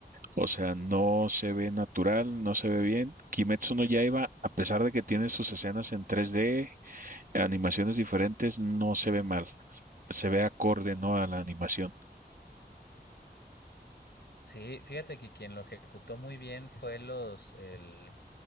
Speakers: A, on the right (about 50°); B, on the left (about 75°).
A: O sea, no se ve natural, no se ve bien. Kimetsu no Yaiba, a pesar de que tiene sus escenas en 3D, animaciones diferentes, no se ve mal. Se ve acorde, ¿no? A la animación.
B: Sí, fíjate que quien lo ejecutó muy bien fue los, el,